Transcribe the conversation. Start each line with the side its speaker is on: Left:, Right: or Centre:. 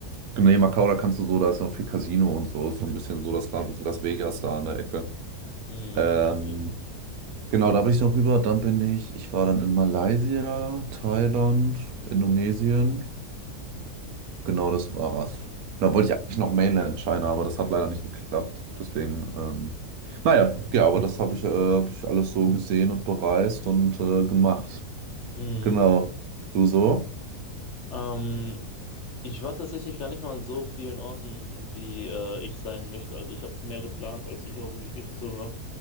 Right: genau, nee, Macau, da kannst du so, da ist auch viel Casino und so, ist so ein bisschen so das Las Las Vegas da an der Ecke.
Left: Mhm,
Right: Ähm,
Left: okay.
Right: Genau, da bin ich noch rüber. Dann bin ich, ich war dann in Malaysia, Thailand, Indonesien. Genau, das war's. Da wollte ich eigentlich noch Mainland China, aber das hat leider nicht geklappt. Deswegen, ähm, naja, ja, aber das habe ich, äh, hab ich alles so gesehen und bereist und äh, gemacht.
Left: Mhm.
Right: Genau. Du so?
Left: Ähm, ich war tatsächlich gar nicht mal an so vielen Orten, wie äh, ich sein möchte. Also ich habe mehr geplant, als ich auch wirklich durchgezogen habe.